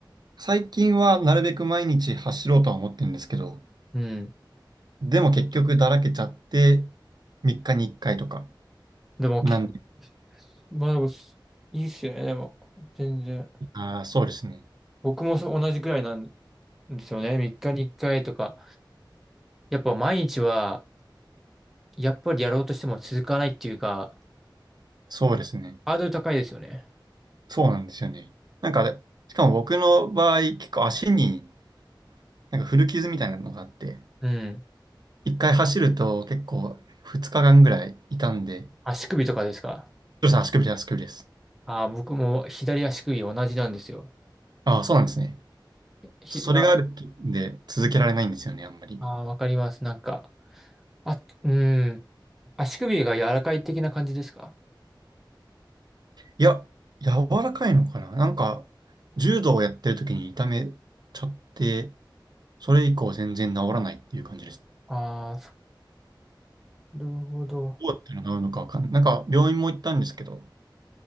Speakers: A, on the right (about 55°); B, in the centre.
A: 最近はなるべく毎日走ろうとは思ってるんですけど、
B: うん。
A: でも結局だらけちゃって、3日に1回とか。
B: でも、
A: なんで、
B: きまあでもす、いいっすよね、でも。全然。
A: ああ、そうですね。
B: 僕もそう同じくらいなんですよね。3日に1回とか。やっぱ毎日は、やっぱりやろうとしても続かないっていうか、
A: そうですね。
B: ハードル高いですよね。
A: そうなんですよね。なんか、しかも僕の場合、結構足になんか古傷みたいなのがあって、
B: うん。
A: 1回走ると結構2日間ぐらい痛んで、
B: 足首とかですか。
A: それさん足首です、足首です。
B: ああ、僕も左足首同じなんですよ。
A: ああ、そうなんですね。
B: ひ、
A: それがあるんで続けられないんですよね、
B: あ
A: あんまり。
B: あー、わかります。なんか、あ、うん。足首が柔らかい的な感じですか。
A: いや、柔らかいのかななんか、柔道をやってる時に痛めちゃって、それ以降全然治らないっていう感じです。
B: ああ、そなるほど。
A: どうやったら治るのかわかんない。なんか病院も行ったんですけど、